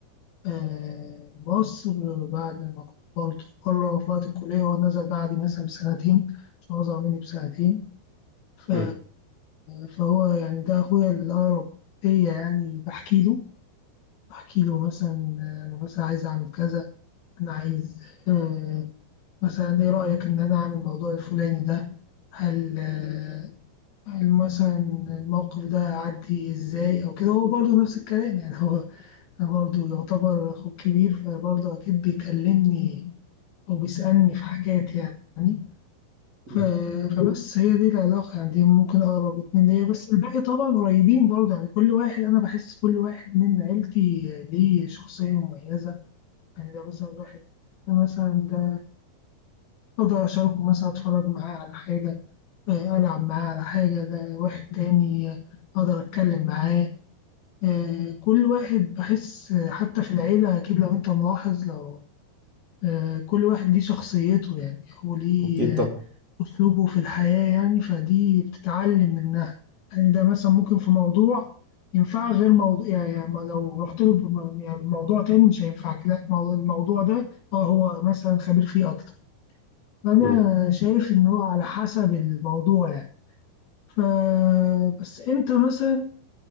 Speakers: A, on the left; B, on the right.
A: آه، مصر بعد ما كنت برضه بره في وقت الكلية هو نزل بعدي مثلا بسنتين عشان هو أصغر مني بسنتين ف...
B: مم.
A: فهو يعني ده أخويا الأقرب ليا يعني بحكي له بحكي له مثلا أنا مثلا عايز أعمل كذا أنا عايز آه، مثلا ايه رأيك ان انا اعمل الموضوع الفلاني ده هل آه، هل مثلا الموقف ده عدي ازاي او كده هو برضه نفس الكلام يعني هو برضه يعتبر اخوك كبير فبرضه اكيد بيكلمني او بيسألني في حاجات يعني
B: مم.
A: ف- فبس هي دي العلاقة يعني دي ممكن أقرب اتنين ليا بس الباقي طبعا قريبين برضه يعني كل واحد أنا بحس كل واحد من عيلتي ليه شخصية مميزة يعني ده مثلا واحد ده مثلا ده أقدر أشاركه مثلا أتفرج معاه على حاجة آه، ألعب معاه على حاجة ده واحد تاني آه، أقدر أتكلم معاه آه، كل واحد بحس آه، حتى في العيلة أكيد لو أنت ملاحظ لو آه، كل واحد ليه شخصيته يعني هو ليه
B: أكيد طبعا
A: آه، أسلوبه في الحياة يعني فدي بتتعلم منها يعني ده مثلا ممكن في موضوع ينفع غير موضوع يعني يعني لو رحت له بم- يعني بموضوع تاني مش هينفعك لا الموضوع ده اه هو مثلا خبير فيه أكتر أنا
B: مم.
A: شايف إن هو على حسب الموضوع يعني ف بس إمتى مثلا